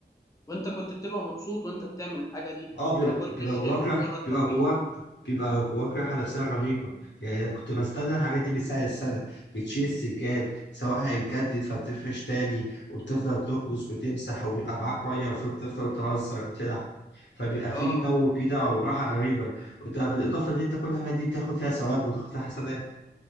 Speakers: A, on the left; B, on the left.
A: وانت كنت بتبقى مبسوط وانت بتعمل الحاجه دي
B: اه بي-
A: انا ما كنتش
B: بيبقى
A: شايفها
B: جواك رح
A: مجرد ترويج
B: بيبقى جواك بيبقى جواك رحلة نفسية رهيبة يعني أنا كنت بستنى الحاجات دي من سنة لسنة بتشيل السجاد سواء هيتجدد فبتفرش تاني وبتفضل تكنس وتمسح وبيبقى معاك مية وبتفضل تهزر وتلعب فبيبقى في
A: اه
B: جو كده وراحة غريبة وده بالإضافة إن أنت كل الحاجات دي بتاخد فيها ثواب وتاخد فيها حسنات